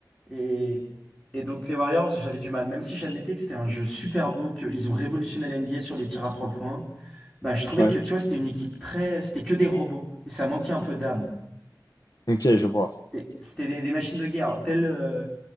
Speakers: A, in the centre; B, on the left.
A: Et, et donc les Warriors, j'avais du mal. Même si j'admettais que c'était un jeu super beau, qu'ils ont révolutionné la NBA sur les tirs à trois points, bah je trouvais
B: Ouais.
A: que tu vois, c'était une équipe très. C'était que des robots. Et ça manquait un peu d'âme.
B: Ok, je vois.
A: C'était c'était des, des machines de guerre. Telles, euh,